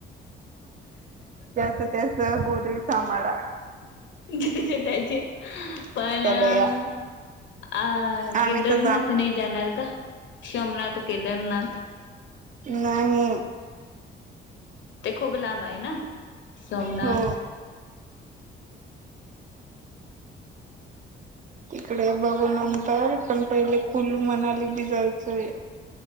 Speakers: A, on the right (about 40°); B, on the left (about 70°).
A: ज्याच त्याच गोधडी समाडा
B: ज्याचे त्याचे पण अ
A: बया. आम्ही
B: केदारनाथ
A: तर
B: नाई जाणार का? शोमनाथ, केदारनाथ
A: नाही.
B: ते खूप लांब आहे ना सोमनाथ.
A: हो तिकडे बघू नंतर पण पहिले कुल्लू मनाली बी जायचंय